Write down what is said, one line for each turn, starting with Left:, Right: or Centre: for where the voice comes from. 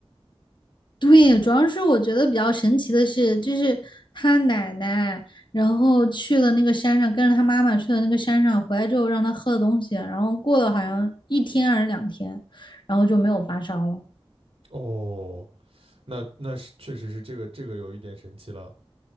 Left: 对，主要是我觉得比较神奇的是，就是他奶奶，然后去了那个山上，跟着他妈妈去了那个山上，回来之后让他喝的东西，然后过了好像一天还是两天，然后就没有发烧了。
Right: 哦，那那是确实是这个这个有一点神奇了。